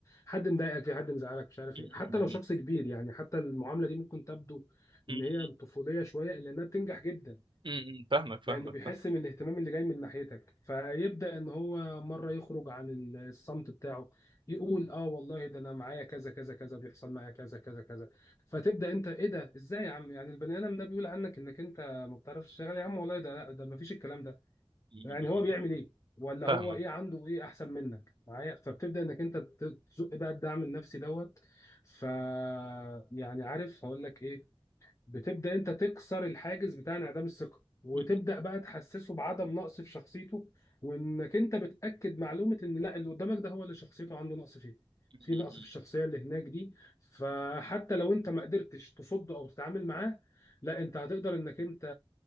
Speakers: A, on the left (about 35°); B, on the right (about 55°).
A: حد مضايقك في حد مزعلك مش عارف
B: مم.
A: ايه حتى
B: مم.
A: لو شخص كبير يعني حتى المعامله دي ممكن تبدو
B: مم.
A: ان هي طفوليه شويه الا انها بتنجح جدا
B: م- م- فاهمك فاهمك
A: لانه بيحس
B: فاهمك
A: من الاهتمام اللي جاي من ناحيتك فيبدا ان هو مره يخرج عن ال- الصمت بتاعه يقول اه والله ده انا معايا كذا كذا كذا بيحصل معايا كذا كذا كذا فتبدا انت ايه ده ازاي يا عم يعني البني ادم ده بيقول عنك انك انت ما بتعرفش تشتغل يا عم والله ده ده ما فيش الكلام ده
B: مم.
A: يعني هو بيعمل ايه ولا
B: فاهمك
A: هو ايه عنده ايه احسن منك معايا فبتبدا انك انت ت- تزق بقى الدعم النفسي دوت ف يعني عارف هقول لك ايه بتبدا انت تكسر الحاجز بتاع انعدام الثقه وتبدا
B: مم.
A: بقى تحسسه بعدم نقص في شخصيته وانك انت بتاكد معلومه ان لا اللي قدامك ده هو اللي شخصيته عنده نقص فيه
B: مم.
A: في نقص في الشخصيه اللي هناك دي فحتى لو انت ما قدرتش تصده او تتعامل معاه لا انت هتقدر انك انت